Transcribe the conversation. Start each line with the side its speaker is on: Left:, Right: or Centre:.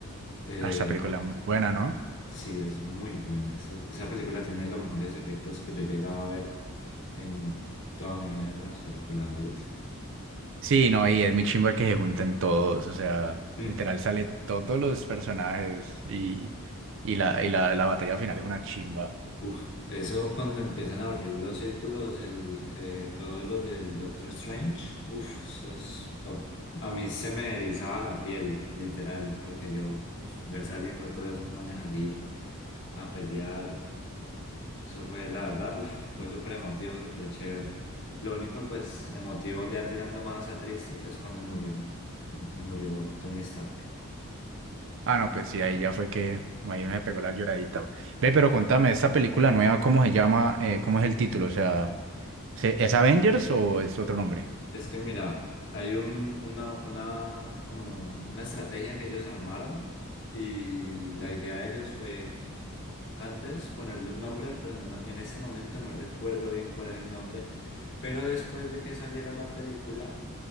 Left: Eh,
Right: Ah, Esta película es muy buena, ¿no?
Left: Sí, es muy buena. Esa, esa película tiene los mejores efectos que yo he llegado a ver en toda mi vida en las películas, veis
Right: Sí, no, y es muy chimba que se junten todos, o sea,
Left: Mm,
Right: literal salen todos los personajes y, y, la, y la, la batalla final es una chimba.
Left: uf, eso cuando empiezan a abrir los círculos, el, eh, todos los del Doctor Strange, uf, eso es, pa- a mí se me erizaba la piel, literal, porque yo uf, ver saliendo todos esos manes allí a pelear. Eso fue, la verdad, uf, fue súper emotivo, súper chévere. Lo único, pues, emotivo ya tirando más a triste, pues cuando murió, eh, murió Tony Stark.
Right: Ah, no, pues sí, ahí ya fue que ahí una se pegó la lloradita. Ve, pero contame, ¿esta película nueva cómo se llama? Eh, ¿cómo es el título? O sea, ¿se- ¿es Avengers o es otro nombre?
Left: Es que mira, hay un, una, una, como una estrategia que ellos armaron y la idea de ellos fue antes ponerle un nombre, pero no me- en este momento no recuerdo bien cuál es el nombre. Pero después de que saliera la película,